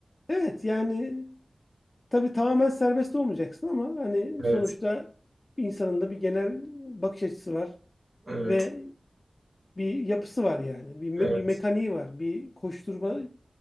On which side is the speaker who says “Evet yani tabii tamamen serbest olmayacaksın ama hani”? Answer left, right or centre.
Left